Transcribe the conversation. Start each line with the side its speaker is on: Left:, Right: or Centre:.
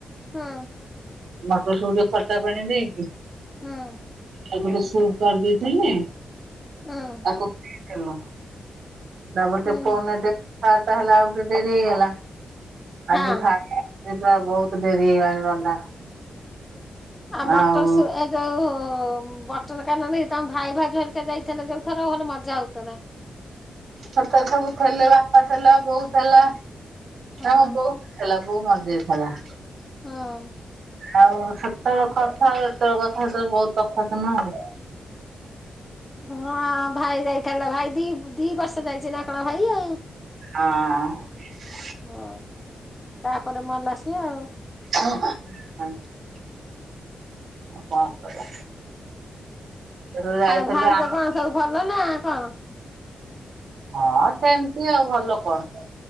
Left: ହଁ।
Right: ମଟର ସୁପ୍ ଟିକେ ଖଟା ପାଣି ଦେଇକି
Left: ହଁ।
Right: ତାକୁ ଟିକେ ସୁପ୍ କରି ଦେଇଥିଲି।
Left: ହଁ।
Right: ତାକୁ ପିଇ ଥେଲୁ। ତାପରେ
Left: ହୁଁ
Right: ଟିକେ ଫୋନ୍ ଦେ କଥାବାର୍ତ୍ତା ହେଲାବେଳକୁ ଟିକେ ଡେରି ହେଇଗଲା,
Left: ହଁ
Right: ଆଜି ଖାଇବା ସେ ପୁରା ବହୁତ ଡେରି ହେଇଗଲାଣିି ରନ୍ଧା।
Left: ଆ, ମଟର
Right: ଆଉ
Left: ସୁ ଏ ଯୋଉ ବଟନ କାନ ଇଏ ତୋମ ଭାଇ ଭାଉଜ ହେରକା ଯାଇଥିଲେ ଯୋଉ ଥର ଭଲ ମଜା ହଉଥୁଲା।
Right: ସେତେଳେ ସବୁ ଥିଲେ ବାପା ଥିଲା ବୋଉ ଥିଲା,
Left: ହଁ
Right: ଆମ ବୋଉ ହେଲା ବୋଉ ମରଯାଇଥିଲା।
Left: ହଁ।
Right: ଆଉ ସେତେବେଳେ କଥା ଆଉ ଏତେବେଳେ କଥା ସେ ବହୁତ ତଫାତ୍ ନା ଏବେ।
Left: ହଁ ଭାଇ ଯାଇଥିଲା, ଭାଇ ଦି ଦି ବର୍ଷ ଯାଇଛି ନା କଣ ଭାଇ ଆଉ।
Right: ହଁ।
Left: ହଁ ତାପରେ ମଲା ସିଏ ଆଉ।
Right: ହଁ। ହଁ କଣ କରିବା ସେଠୁରୁ ଯାଇଥିଲୁ
Left: ଆଉ ଭାଉଜ
Right: ଆମ
Left: କଣ ସବୁ ଭଲ ନା କଣ?
Right: ହଁ ସେମତି ଆଉ ଭଲ କଣ?